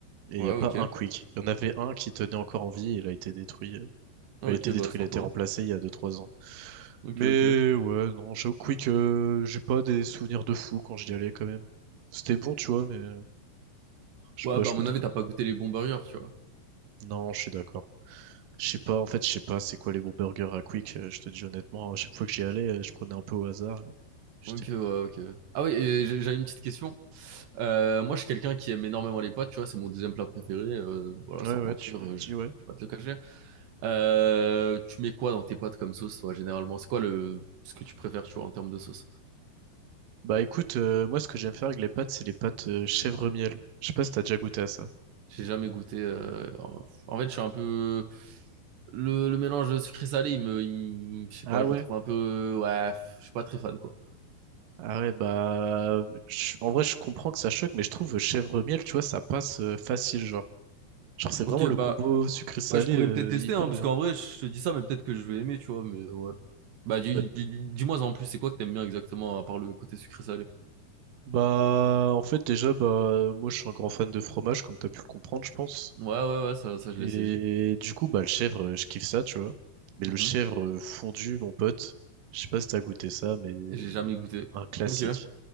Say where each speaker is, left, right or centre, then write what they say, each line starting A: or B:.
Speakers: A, on the right (about 65°); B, on the right (about 85°).
A: Et
B: Ouais,
A: il n'y a pas
B: ok.
A: un Quick. Il y en avait un qui tenait encore en vie et il a été détruit. euh.
B: Ah,
A: Il
B: ok,
A: a été détruit,
B: bah sympa.
A: il a été remplacé il y a deux trois ans.
B: Ok,
A: Mais
B: ok.
A: ouais, non, j'avoue que Quick, euh, j'ai pas des souvenirs de fou quand j'y allais quand même. C'était bon, tu vois, mais euh, je sais
B: Ouais,
A: pas,
B: bah
A: je
B: à
A: peux
B: mon
A: te
B: avis, t'as pas goûté les bons burgers, tu vois.
A: Non, je suis d'accord. Je sais pas, en fait, je sais pas c'est quoi les bons burgers à Quick, euh, je te dis honnêtement, à chaque fois que j'y allais, euh, je prenais un peu au hasard. J'étais...
B: Ok, ouais, ok. Ah oui, et j'ai- j'avais une petite question. Euh, moi, je suis quelqu'un qui aime énormément les pâtes, tu vois, c'est mon deuxième plat préféré. euh, voilà,
A: Ouais,
B: sans
A: ouais,
B: mentir,
A: tu me l'as
B: euh,
A: dit,
B: je, je
A: ouais.
B: vais pas te le cacher. Euh, tu mets quoi dans tes pâtes comme sauce, toi, généralement? C'est quoi le ce que tu préfères, tu vois, en termes de sauce?
A: Bah écoute, euh, moi ce que j'aime faire avec les pâtes, c'est les pâtes euh, chèvre-miel. Je sais pas si t'as déjà goûté à ça.
B: J'ai jamais goûté. euh, en en fait, je suis un peu. Le, le mélange sucré-salé, il me, il me- Je sais
A: Ah
B: pas,
A: ouais?
B: je le trouve un peu. Ouais, je suis pas très fan, quoi.
A: Ah ouais, bah je- en vrai je comprends que ça choque, mais je trouve euh, chèvre-miel, tu vois, ça passe euh, facile, genre. Genre c'est
B: Ok,
A: vraiment le
B: bah,
A: combo sucré-salé
B: ouais, je pourrais
A: euh,
B: peut-être tester,
A: hyper
B: hein, parce
A: bien.
B: qu'en vrai, je te dis ça, mais peut-être que je vais aimer, tu vois, mais euh, ouais. Bah, dis,
A: Bah,
B: dis- dis- dis-moi en plus, c'est quoi que t'aimes bien exactement, à part le côté sucré-salé?
A: bah, en fait déjà bah moi je suis un grand fan de fromage, comme t'as pu le comprendre, je pense.
B: Ouais, ouais, ouais, ça, ça je
A: Et
B: l'ai saisi.
A: du coup bah le chèvre, euh, je kiffe ça, tu vois. Mais le
B: Mhm.
A: chèvre euh, fondu, mon pote, je sais pas si t'as goûté ça, mais
B: J'ai jamais goûté.
A: Un classique.
B: Ok.